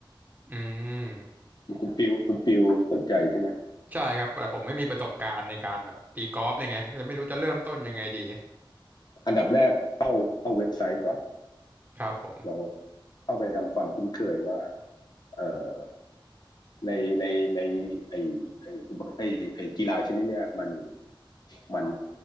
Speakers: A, on the right (about 20°); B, on the left (about 50°).
A: อืม
B: คุณฟิวคุณฟิวสนใจใช่ไหม
A: ใช่ครับ แต่ผมไม่มีประสบการณ์ในการแบบตีกอล์ฟเลยไงก็เลยไม่รู้จะเริ่มต้นยังไงดี
B: อันดับแรกเข้าเข้าเว็บไซต์ก่อน
A: ครับผม
B: ลองเข้าไปทำความคุ้นเคยว่า เอ่อในในในไอไอไอไอกีฬาชนิดเนี้ยมันมัน